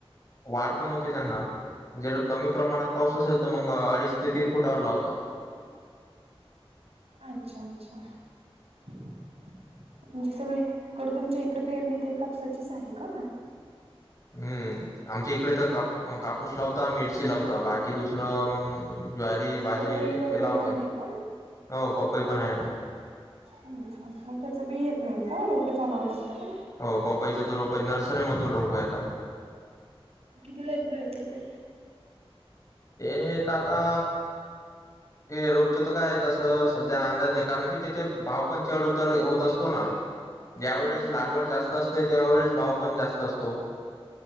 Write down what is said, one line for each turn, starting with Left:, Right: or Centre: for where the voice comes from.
Left: वाढ पण होते त्यांना. जर कमी प्रमाणात पाऊस असेल तर मग अडीच ते तीन फुटावर लावतात.
Right: अच्छा अच्छा. म्हणजे सगळीकड तुमच्या इकडे पेरणी ते कापसाचीच आहे का.
Left: हम्म आमच्या इकडे तर काप कापूस लावता मिरची लावता बाकी दुसरं मग ज्वारी बाजरी
Right: पपई वगैरे
Left: ते लावत
Right: आहे
Left: हो
Right: का?
Left: पपई पण आहे ना.
Right: अच्छा मग त्याच बी येत नाही का रोप जाावं लागतं का.
Left: हो पपईचे तर रोप नर्सरी मधून रोप येतात.
Right: कितीला एक भेटत ते.
Left: ते का आता. ते रोपच तर काय तसं सध्या अंदाज नाही कारण कि त्याचे भाव पण चढ उतर होत असतो ना ज्या वेळेस
Right: अच्छा
Left: लागवड जास्त असते त्याववेेळेस भाव पण जास्त असतो